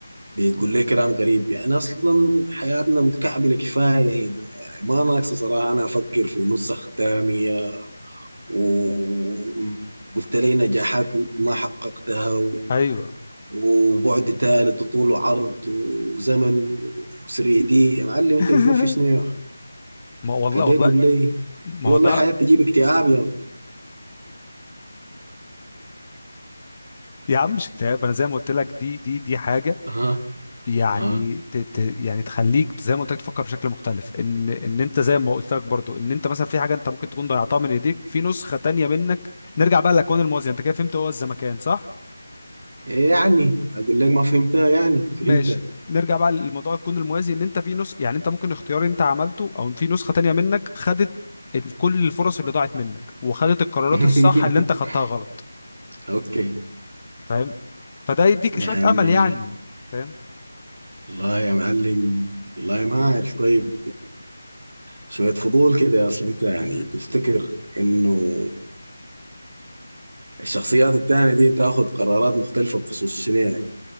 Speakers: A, on the right (about 55°); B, on the left (about 25°).
A: بتقول لي كلام غريب يعني اصلا حياتنا متكعبلة كفاية هنا يعني ما ناقصة صراحة انا افكر في نسخ تانية وقلت لي نجاحات ما حققتها
B: ايوه
A: وبعد ثالث وطول وعرض وزمن و3 دي يا معلم
B: <laughs>
A: انت بتقول في شنو يا اخي
B: ما والله
A: كده
B: والله
A: يقول لي اي
B: ما هو
A: والله
B: ده
A: حياة تجيب اكتئاب يا م.
B: يا عم مش اكتئاب انا زي ما قلت لك دي دي دي حاجه
A: اها
B: يعني
A: اها
B: ت ت يعني تخليك زي ما قلت لك تفكر بشكل مختلف ان ان انت زي ما قلت لك برضو ان انت مثلا في حاجه انت ممكن تكون ضيعتها من ايديك في نسخه تانية منك نرجع بقى للاكوان الموازيه انت كده فهمت هو الزمكان صح
A: ايه يعني اقول لك ما فهمتها يعني فهمتها
B: ماشي نرجع بقى لموضوع الكون الموازي ان انت في نسخ يعني انت ممكن اختيار انت عملته او في نسخة تانية منك خدت ال- كل الفرص اللي ضاعت منك وخدت القرارات
A: <laughs>
B: الصح اللي انت خدتها غلط
A: اوكي
B: فاهم فده يديك
A: يعني
B: شوية امل يعني فاهم
A: والله يا معلم والله ما عارف طيب شوية فضول كده اصل انت
B: <laughs>
A: يعني
B: مهم.
A: تفتكر انه الشخصيات التانية دي تاخد قرارات مختلفة بخصوص شنو يعني